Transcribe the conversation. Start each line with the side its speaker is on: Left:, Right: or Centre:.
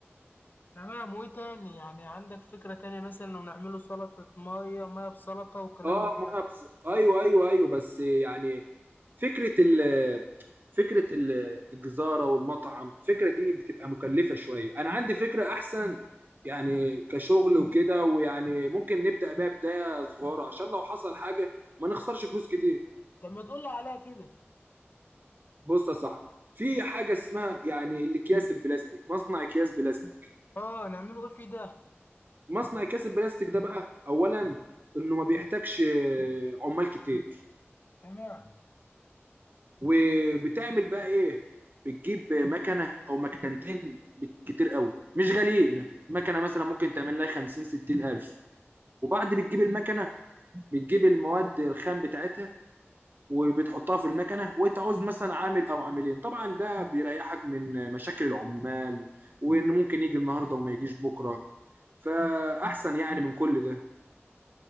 Left: تمام وايه تاني يعني عندك فكره تانية مثلا لو نعمله سلطه ميه ميه بسلطه وكلام
Right: اه
Left: من
Right: ما
Left: ده
Right: انا بس... ايوه ايوه ايوه بس يعني فكره ال فكره ال- الجزاره والمطعم الفكره دي بتبقى مكلفه شويه انا عندي فكره احسن يعني كشغل وكده ويعني ممكن نبدا بيها بدايه صغيره عشان لو حصل حاجه ما نخسرش فلوس كتير
Left: طب ما تقول لي عليها كده
Right: بص يا صاحبي في حاجه اسمها يعني الاكياس البلاستيك مصنع اكياس بلاستيك
Left: اه نعمله ايه في ده
Right: مصنع كاس البلاستيك ده بقى اولا انه ما بيحتاجش آه، عمال كتير
Left: تمام
Right: وبتعمل بقى ايه بتجيب مكنه او مكنتين بالكتير قوي مش غاليين مكنه مثلا ممكن تعمل لها 50 60 الف وبعد بتجيب المكنه بتجيب المواد الخام بتاعتها وبتحطها في المكنه وانت عاوز مثلا عامل او عاملين طبعا ده بيريحك من مشاكل العمال وان ممكن يجي النهارده وما يجيش بكره فاحسن يعني من كل ده